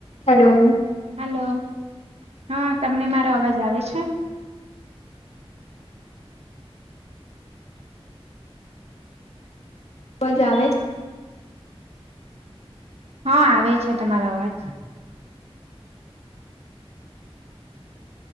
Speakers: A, on the left (about 90°); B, on the right (about 75°).
A: Hello.
B: Hello હા તમને મારો અવાજ આવે છે?
A: અવાજ આવે
B: હા આવે છે તમારો અવાજ.